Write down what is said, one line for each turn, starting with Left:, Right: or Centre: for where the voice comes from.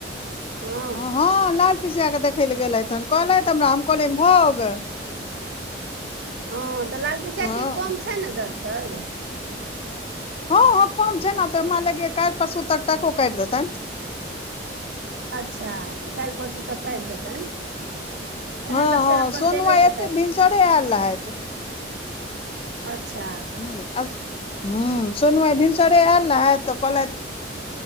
Right: हँ
Left: हं-हँऽ लाल पिसिया कऽ देखय लए गेलथि हन, कहलथि हमरा हम कहलियनि भ आउ ग।
Right: हँ त लाल पीसिया
Left: हँ
Right: की कम छै न दर्द-तर्द
Left: हँ-हँ कम छैन आब त हमरा लगैय काल्हि परसू तक टाकों काटि देतैन।
Right: अच्छा त काल्ह परसू तक काटि देतनि। तखन
Left: हँ-हँ
Right: तऽ फेर अपन
Left: सोनु
Right: चलि
Left: आय
Right: जेतैन
Left: एतै भीनसड़े आयल रहैत।
Right: अच्छा।
Left: हम्म अस हम्म सोनु आय भिनसरे आयल रहैत त कहलैथ